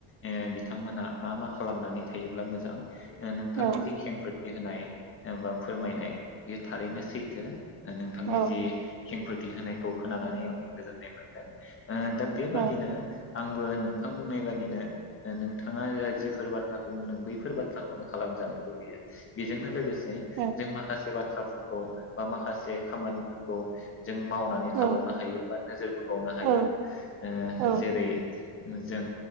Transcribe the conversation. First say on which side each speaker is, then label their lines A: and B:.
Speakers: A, on the left; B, on the right.
A: ओ बिथांमोनहा मा मा खालामनानै थायोब्ला मोजां। ओ नोंथांनि
B: औ
A: जि खेंफोर होनाय एबा फोरमायनाय बेयो थारैनो सैथो नोंथांनि
B: औ
A: जि खेंफोर थि होनायखौ होनानानै आं गोजोननाय मोनदों। ओ दा बेबादिनो
B: औ
A: आंबो नोंथां बुंनाय बादिनो नोंथाङा ओ जिफोर बाथ्राखौ बुंदों बैफोर बाथ्राखौनो खालामजानो लुबैयो। बेजोंनो लोगोस से
B: औ
A: जों माखासे बाथ्रा थ्राफोरखौ बा माखासे खामानिफोरखौ जों मावनानै
B: औ
A: थाबावनो हायो बा नोजोर बोबावनो हायो।
B: औ
A: ओ
B: औ
A: जों